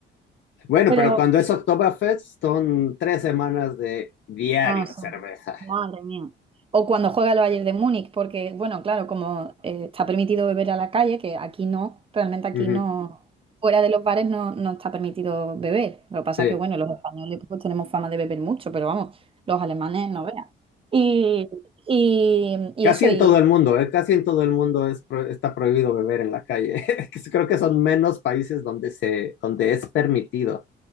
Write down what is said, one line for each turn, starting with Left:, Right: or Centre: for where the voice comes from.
Left: Bueno,
Right: pero...
Left: pero cuando es Oktoberfest son tres semanas de diario
Right: No,
Left: cerveza.
Right: Madre mía. O cuando juega el Bayern de Múnich, porque, bueno, claro, como eh, está permitido beber a la calle, que aquí no, realmente aquí
Left: Ujú,
Right: no, fuera de los bares no, no está permitido beber. Lo que pasa
Left: sí.
Right: que, bueno, los españoles pues tenemos fama de beber mucho, pero vamos, los alemanes no vean. Y, y, y
Left: Casi
Right: eso,
Left: en
Right: y,
Left: todo el mundo, ¿eh? Casi en todo el mundo es pro- está prohibido beber en la calle. <laughs> Creo que son menos países donde se, donde es permitido.